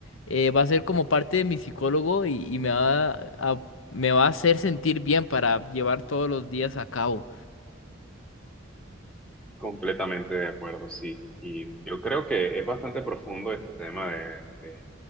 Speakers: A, on the left (about 80°); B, in the centre.
A: eh, va a ser como parte de mi psicólogo y, y me va a, me va a hacer sentir bien para llevar todos los días a cabo.
B: completamente de acuerdo, sí. Y yo creo que es bastante profundo este tema de, de